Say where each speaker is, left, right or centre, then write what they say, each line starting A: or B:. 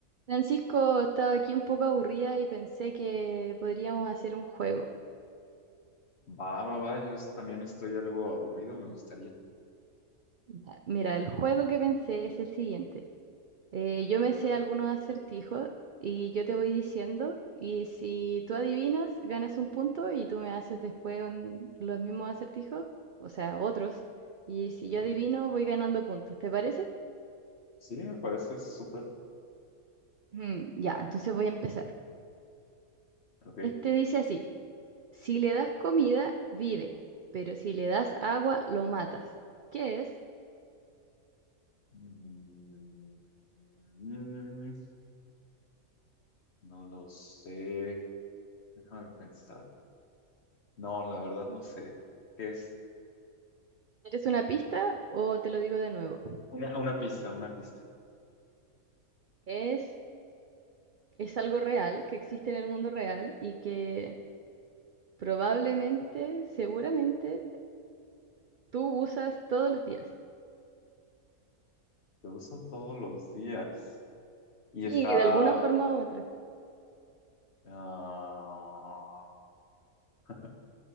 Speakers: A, on the right; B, on the left.
A: Francisco, estaba aquí un poco aburrida y pensé que podríamos hacer un juego.
B: Va, va, va, yo es- también estoy algo aburrido, me gustaría.
A: Ya, Mira, el juego que pensé es el siguiente. Eh, yo
B: Ok,
A: me sé algunos acertijos y yo te voy diciendo y si tú adivinas, ganas un punto y tú me haces después un- los mismos acertijos, o sea, otros. Y si yo
B: ok.
A: adivino, voy ganando puntos. ¿Te parece?
B: Sí, me parece súper.
A: Mm, ya, entonces voy a empezar.
B: Ok.
A: Este dice así, si le das comida, vive, pero si le das agua, lo matas. ¿Qué es?
B: Mm, mm, no lo sé. Déjame pensar. No, la verdad no sé. ¿Qué es?
A: ¿Quieres una pista o te lo digo de nuevo?
B: Una, una pista, una pista.
A: Es, es algo real, que existe en el mundo real y que probablemente, seguramente, tú usas todos los días.
B: Lo uso todos los días. Y
A: Sí,
B: está...
A: de alguna forma u otra.
B: ah, <laughs>